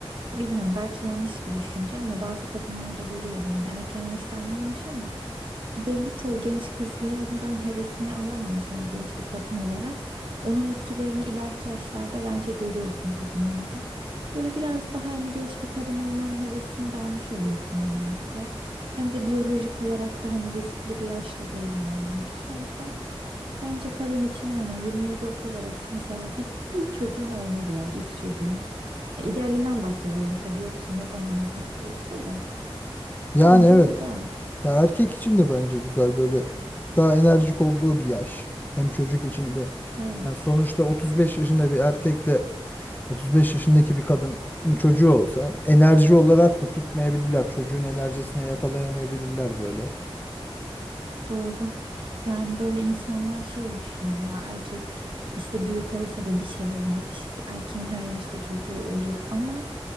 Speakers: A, on the right (about 55°); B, on the left (about 20°).
A: Bilmiyorum belki yanlış bir düşünce ama bazı kadınlarda görüyorum hani erken yaşta anne olmuş ama hani belli ki o genç kızlığından hevesini alamamış hani genç bir kadın olarak onun etkilerini ileriki yaşlarda bence görüyorsun kadınlarda. Böyle biraz daha hani genç bir kadın olmanın hevesini de almış oluyorsun 27'de. Hem de biyolojik olarak da hani riskli bir yaşta değil anne olmak için. O yüzden bence kadın için aynen 27-30 arası mesela bir, bir çocuğun olmalı ya ilk çocuğun. Ya idealinden bahsediyorum tabii yoksa ne zamana nasip olursa da.
B: Yani
A: Bence
B: evet.
A: o ideal.
B: Ya erkek için de bence güzel böyle daha enerjik olduğu bir yaş. Hem çocuk için de.
A: Evet,
B: Yani sonuçta 35 yaşında bir erkekle 35 yaşındaki bir kadının çocuğu olsa enerji olarak da tutmayabilirler. Çocuğun enerjisine yakalayamayabilirler böyle.
A: doğru. Yani böyle insanlar şey düşünüyor ya erkek işte büyük olsa da bir şey olmaz. İşte erkeğin her yaşta çocuğu olur ama